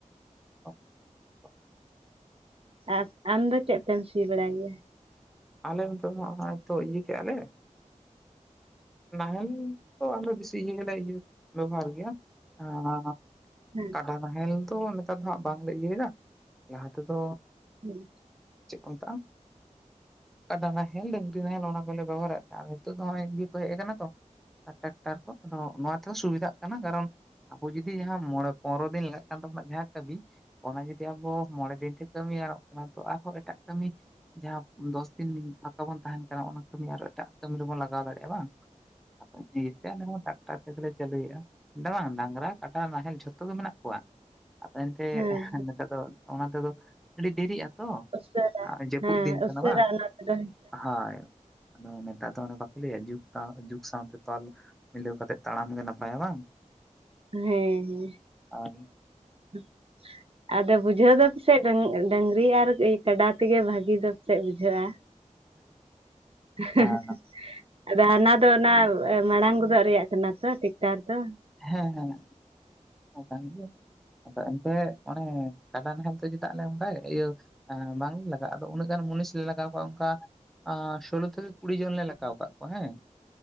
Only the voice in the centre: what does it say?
<unintelligible>
ᱟᱞᱮ ᱦᱚᱸᱛᱳ ᱦᱟᱸᱜ ᱱᱚᱜ-ᱚᱭ ᱛᱚ ᱤᱭᱟᱹ ᱠᱮᱫᱼᱟ ᱞᱮ ᱱᱟᱦᱮᱞ ᱛᱚ ᱟᱞᱮ ᱵᱮᱥᱤ ᱤᱭᱟᱹ ᱜᱮᱞᱮ ᱵᱮᱵᱚᱦᱟᱨ ᱜᱮᱭᱟ, <unintelligible>
ᱠᱟᱲᱟ ᱱᱟᱦᱮᱞ ᱫᱚ ᱱᱮᱛᱟᱨ ᱫᱚ ᱦᱟᱸᱜ ᱵᱟᱝᱞᱮ ᱤᱭᱟᱹᱭᱟ ᱞᱟᱦᱟ ᱛᱮᱫᱚ
ᱪᱮᱫ ᱠᱚ ᱢᱮᱛᱟᱜᱼᱟ? ᱠᱟᱰᱟ ᱱᱟᱦᱮᱞ ᱰᱟᱹᱝᱨᱤ ᱱᱟᱦᱮᱞ ᱚᱱᱟ ᱠᱚᱞᱮ ᱵᱮᱵᱚᱦᱟᱨᱮᱫ ᱛᱟᱦᱮᱸ ᱱᱤᱛᱚᱜ ᱫᱚ ᱱᱚᱜᱼᱚᱭ ᱤᱭᱟᱹ ᱠᱚ ᱦᱮᱡ ᱟᱠᱟᱱᱟ ᱛᱚ, ᱴᱨᱟᱠᱴᱟᱨ ᱠᱚ ᱟᱫᱚ ᱱᱚᱣᱟ ᱛᱮᱦᱚᱸ ᱥᱩᱵᱤᱫᱷᱟᱜ ᱠᱟᱱᱟ, ᱠᱟᱨᱚᱱ ᱟᱵᱚ ᱡᱩᱚᱫᱤ ᱡᱟᱦᱟᱸ ᱢᱚᱬᱮ ᱯᱚᱱᱮᱨᱚ ᱫᱤᱱ ᱞᱟᱜᱟᱜ ᱠᱟᱱ ᱛᱟᱵᱚᱱᱟ ᱡᱟᱦᱟᱸ ᱠᱟᱹᱢᱤ ᱚᱱᱟ ᱡᱩᱫᱤ ᱟᱵᱚ ᱢᱚᱬᱮ ᱫᱤᱱᱛᱮ ᱠᱟᱹᱢᱤ ᱜᱟᱱᱚᱜ ᱠᱟᱱᱟ ᱛᱚ ᱟᱨᱦᱚᱸ ᱮᱴᱟᱜ ᱠᱟᱹᱢᱤ ᱡᱟᱦᱟᱸ ᱫᱚᱥ ᱫᱤᱱ ᱯᱷᱟᱠᱟ ᱵᱚᱱ ᱛᱟᱦᱮᱱ ᱠᱟᱱᱟ ᱚᱱᱟ ᱠᱟᱹᱢᱤ ᱟᱨᱚ ᱮᱴᱟᱜ ᱠᱟᱹᱢᱤ ᱨᱮᱵᱚᱱ ᱞᱟᱜᱟᱣ ᱫᱟᱲᱮᱭᱟᱜᱼᱟ ᱵᱟᱝ᱾ <unintelligible> ᱟᱞᱮᱦᱚᱸ ᱴᱟᱠᱴᱟᱨ ᱞᱮ ᱪᱟᱹᱞᱩᱭᱮᱜᱼᱟ ᱵᱟᱝ ᱰᱟᱝᱨᱟ ᱠᱟᱰᱟ ᱱᱟᱦᱮᱞ ᱡᱷᱚᱛᱚ ᱜᱮ ᱢᱮᱱᱟᱜ ᱠᱚᱣᱟ᱾ ᱨᱟ ᱛᱟᱭᱚᱢ ᱛᱮ
ᱱᱮᱛᱟᱨ ᱫᱚ ᱚᱱᱟ ᱛᱮᱫᱚ ᱟᱹᱰᱤ ᱫᱮᱨᱤᱜ ᱟᱛᱚ
ᱡᱟᱹᱯᱩᱫ
ᱫᱤᱱ ᱠᱟᱱᱟ
ᱵᱟᱝ,
ᱦᱳᱸᱭ ᱟᱫᱚ ᱱᱮᱛᱟᱨ ᱫᱚ ᱚᱱᱮ ᱵᱟᱠᱚ ᱞᱟᱹᱭᱟ ᱡᱩᱜᱽ ᱥᱟᱶ ᱡᱩᱜᱽ ᱥᱟᱶᱛᱮ ᱛᱚᱞᱼ ᱢᱤᱞᱟᱹᱣ ᱠᱟᱛᱮᱜ ᱛᱟᱲᱟᱢ ᱜᱮ ᱱᱟᱯᱟᱭᱟ ᱵᱟᱝ?
ᱟᱨ
<inaudible>
ᱟᱨ
ᱦᱮᱸ ᱦᱮᱸ ᱦᱮᱸ ᱠᱟᱱ ᱜᱮᱭᱟ᱾ ᱟᱫᱚ ᱮᱱᱛᱮᱫ ᱚᱱᱮ ᱠᱟᱰᱟ ᱱᱟᱦᱮᱞ ᱛᱮ ᱪᱮᱫᱟᱜ ᱞᱮ ᱚᱱᱠᱟᱭᱮᱫ ᱤᱭᱟᱹᱼ ᱵᱟᱝᱞᱮ ᱞᱟᱜᱟᱜᱼᱟ ᱟᱫᱚ ᱩᱱᱟᱹᱜ ᱜᱟᱱ ᱢᱩᱱᱤᱥ ᱞᱮ ᱞᱟᱜᱟᱣ ᱠᱚᱣᱟ ᱚᱱᱠᱟ ᱥᱳᱞᱳ ᱛᱮᱠᱮ ᱠᱩᱲᱤ ᱡᱚᱱ ᱞᱮ ᱞᱟᱜᱟᱣ ᱠᱟᱫ ᱠᱚᱣᱟ ᱦᱮᱸ